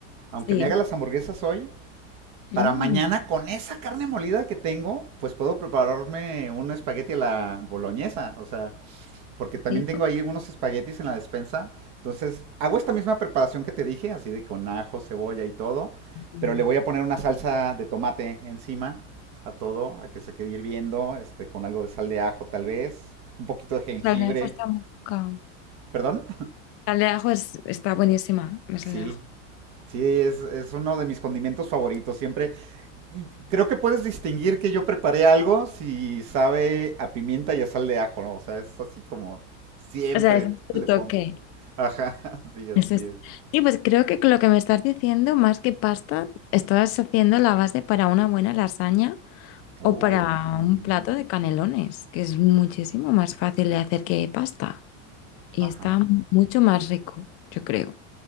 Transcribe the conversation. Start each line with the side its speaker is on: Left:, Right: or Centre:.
Right: aunque
Left: Sí,
Right: me haga las hamburguesas hoy,
Left: Mm.
Right: para mañana con esa carne molida que tengo, pues puedo prepararme un espagueti a la boloñesa. O sea, porque también
Left: sí.
Right: tengo ahí unos espaguetis en la despensa. Entonces, hago esta misma preparación que te dije, así de con ajo, cebolla y todo,
Left: Mm.
Right: pero le voy a poner una salsa de tomate encima a todo, a que se quede hirviendo, este, con algo de sal de ajo tal vez, un poquito de jengibre.
Left: Sal de ajo está muy rica.
Right: ¿Perdón? <laughs>
Left: Sal de ajo es- está buenísima, la
Right: Sí.
Left: sal de ajo.
Right: Sí, es, es uno de mis condimentos favoritos. Siempre Creo que puedes distinguir que yo preparé algo si sabe a pimienta y a sal de ajo, ¿no? O sea, es así como siempre
Left: O sea, ese es tu
Right: le
Left: toque.
Right: pongo. Ajá, <laughs> sí, así
Left: Eso es.
Right: es.
Left: Sí, pues creo que lo que me estás diciendo, más que pasta, estás haciendo la base para una buena lasaña
Right: Uh,
Left: o para
Right: ujú,
Left: un plato de canelones, que es muchísimo más fácil de hacer que pasta y
Right: ajá.
Left: está mucho más rico, yo creo.